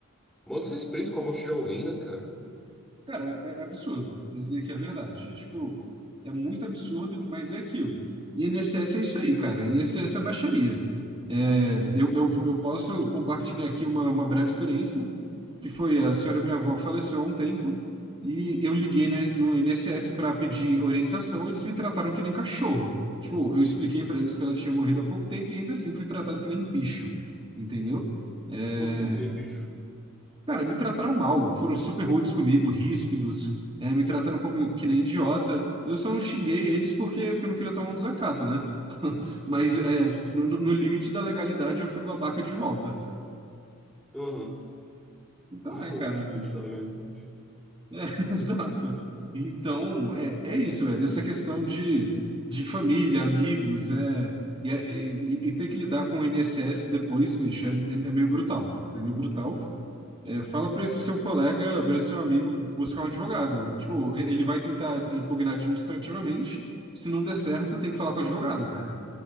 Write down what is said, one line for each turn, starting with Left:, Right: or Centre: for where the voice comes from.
Centre: mó desrespeito com a morte de alguém, né, cara?
Right: Cara, é, é absurdo. Vou dizer que é verdade. Tipo, é muito absurdo, mas é aquilo. E INSS é isso aí, cara. INSS é baixaria. É, eu, eu, eu posso compartilhar aqui uma, uma breve experiência, que foi a senhora minha avó faleceu há um tempo, e eu liguei, né, no INSS para pedir orientação, e eles me trataram que nem cachorro. Tipo, eu expliquei para eles que ela tinha morrido há pouco tempo e ainda assim fui tratado que nem bicho, entendeu? É,
Centre: Como assim que nem bicho?
Right: Cara, me trataram mal, foram super rudes comigo, ríspidos, é, me trataram como que nem idiota. Eu só não xinguei eles porque, porque eu não queria tomar um desacato, né? <laughs> Mas é,
Centre: Justo.
Right: no, no- no limite da legalidade eu fui babaca de volta.
Centre: Aham. <laughs>
Right: Então é,
Centre: No
Right: cara,
Centre: limite da legalidade.
Right: <laughs> exato. Então é, é isso, velho. Essa questão de, de família, amigos, é, e, é- e- e ter que lidar com o I N S S depois, bicho, é, é é meio brutal. É meio brutal. É, fala para esse seu colega, para esse seu amigo buscar um advogado. Tipo, e- ele vai tentar impugnar administrativamente. Se não der certo, tem que falar com o advogado, cara.